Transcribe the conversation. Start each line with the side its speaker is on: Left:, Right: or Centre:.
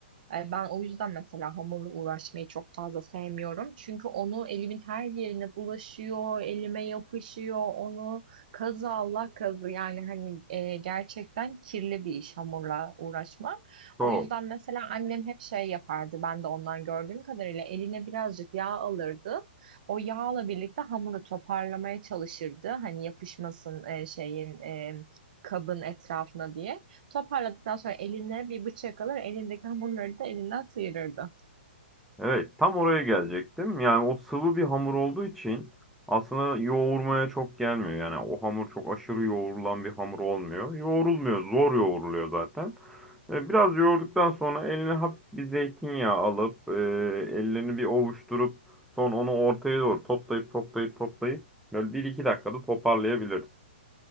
Right: E, Ben o yüzden mesela hamurla uğraşmayı çok fazla sevmiyorum. Çünkü onu elimin her yerine bulaşıyor, elime yapışıyor, onu kazı Allah kazı. Yani hani e, gerçekten kirli bir iş hamurla uğraşmak.
Centre: Çok.
Right: O yüzden mesela annem hep şey yapardı. Ben de ondan gördüğüm kadarıyla eline birazcık yağ alırdı. O yağla birlikte hamuru toparlamaya çalışırdı. Hani yapışmasın e, şeyin e, kabın etrafına diye. Toparladıktan sonra eline bir bıçak alır, elindeki hamurları da elinden sıyırırdı.
Centre: Evet, tam oraya gelecektim. Yani o sıvı bir hamur olduğu için aslında yoğurmaya çok gelmiyor. Yani o hamur çok aşırı yoğurulan bir hamur olmuyor. Yoğrulmuyor, zor yoğuruluyor zaten. E, Biraz yoğurduktan sonra eline hafif bir zeytinyağı alıp, e, ellerini bir ovuşturup, sonra onu ortaya doğru toplayıp toplayıp toplayıp böyle bir iki dakikada toparlayabiliriz.